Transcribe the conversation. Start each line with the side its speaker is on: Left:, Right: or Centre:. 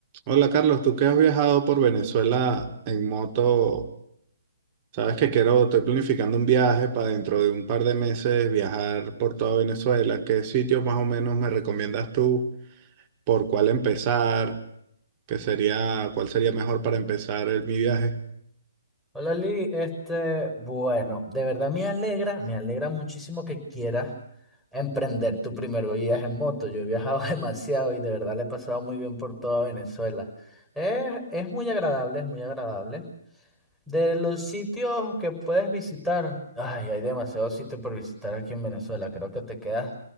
Right: Hola Carlos, tú que has viajado por Venezuela en moto, sabes que quiero, estoy planificando un viaje para dentro de un par de meses viajar por toda Venezuela. ¿Qué sitios más o menos me recomiendas tú? ¿Por cuál empezar? ¿Qué sería, cuál sería mejor para empezar el- mi viaje?
Centre: Hola Lee, este, bueno, de verdad me alegra, me alegra muchísimo que quieras emprender tu primer viaje en moto. Yo he viajado <laughs> demasiado y de verdad le he pasado muy bien por toda Venezuela. Es, es muy agradable, es muy agradable. De los sitios que puedes visitar, ay, hay demasiados sitios por visitar aquí en Venezuela. Creo que te quedas